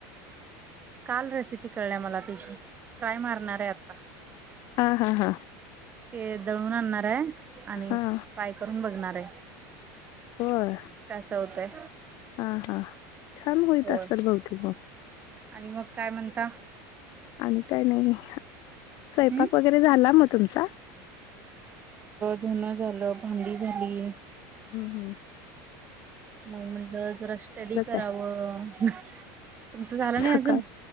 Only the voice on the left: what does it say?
हा हा हा.
हा
होय
हा हा छान होईत
असतात बहुते मग.
आणि काय नाही, स्वयंपाक
वगैरे झाला मग तुमचा?
हम् हम.
आहे
सकाळ